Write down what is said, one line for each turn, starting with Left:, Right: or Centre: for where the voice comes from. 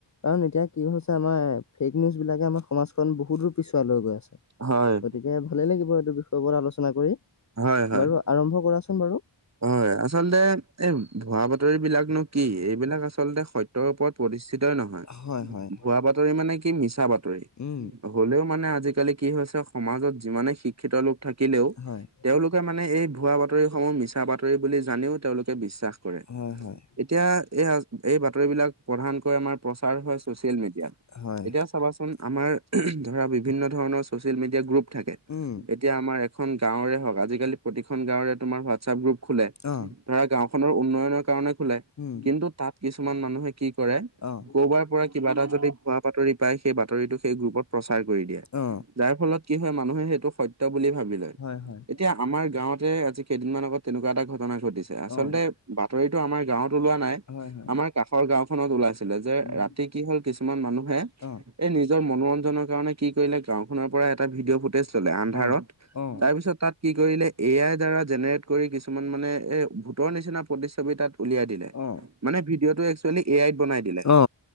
Left: কাৰণ এতিয়া কি হৈছে আমাৰ ফেক নিউজ বিলাকে আমাৰ সমাজখন বহুত দূৰ পিছুৱাই লৈ গৈ আছে।
Right: হয়
Left: গতিকে ভালে লাগিব এইটো বিষয়ৰ ওপৰত আলোচনা কৰি,
Right: হয় হয়।
Left: বাৰু আৰম্ভ কৰা চোন বাৰু।
Right: হয়, আচলতে এই ভুৱা বাতৰি বিলাকনো কি? এইবিলাক আচলতে সত্যৰ ওপৰত প্ৰতিষ্ঠিতই নহয়,
Left: হয় হয়
Right: ভুৱা বাতৰি মানে কি মিছা বাতৰি।
Left: উম
Right: হ'লেও মানে আজিকালি কি হৈছে, সমাজত যিমানে শিক্ষিত লোক থাকিলেও
Left: হয়
Right: তেওঁলোকে মানে এই ভুৱা বাতৰিসমূহ মিছ বাতৰি বুলি জানিও তেওঁলোকে বিশ্বাস কৰে।
Left: হয় হয়
Right: এতিয়া এই হা এই বাতৰিবিলাক প্ৰধানকৈ আমাৰ প্ৰচাৰ হয় ছচিয়েল মিডিয়াত
Left: হয়।
Right: এতিয়া চাবাচোন আমাৰ <unintelligible> ধৰা বিভিন্ন ধৰণৰ চচিয়েল মিডিয়া গ্ৰুপ থাকে,
Left: উম
Right: এতিয়া আমাৰ খন গাঁৱৰে হওঁক আজিকালি প্ৰতিখন গাঁওৰে তোমাৰ হোৱাটছপ গ্ৰুপ খোলে।
Left: অ
Right: ধৰা গাঁওখনৰ উন্নয়নৰ কাৰণে খোলে,
Left: উম
Right: কিন্তু তাত কিছুমান মানুহে কি কৰে।
Left: অ
Right: কৰ'বাৰ পৰা কিবা এটা যদি ভুৱা বাতৰি পায়, সেই বাতৰিটো সেই গ্ৰুপত প্ৰচাৰ কৰি দিয়ে।
Left: অ
Right: যাৰ ফলত কি হয় মানুহে সেইটো সত্য বুলি ভাবি লয়।
Left: হয় হয়
Right: এতিয়া আমাৰ গাঁৱত তে আজি কেইদিনমান আগত তেনেকুৱা এটা ঘটনা ঘটিছে, আচলতে
Left: অ
Right: বাতৰিটো আমাৰ গাঁৱত ওলোৱা নাই।
Left: হয় হয়
Right: আমাৰ কাষৰ গাওখনত ওলাইছিলে, যে
Left: উম
Right: ৰাতি কি হ'ল কিছুমান মানুহে
Left: অ
Right: এই নিজৰ মনোৰঞ্জনৰ কাৰণে কি কৰিলে গাওঁ খনৰ পৰা এটা ভিডিঅ' ফুটেজ ল'লে আন্ধাৰত।
Left: অ অ
Right: তাৰপিছত তাত কি কৰিলে এ আইৰ দ্বাৰা জেনেৰেট কৰি কিছুমান মানে এ ভূতৰ নিচিনা প্ৰতিছবি তাত উলিয়াই দিলে।
Left: অ
Right: মানে ভিডিঅ' টো এ কচোৱেলি এই আইত বনাই দিলে।
Left: অ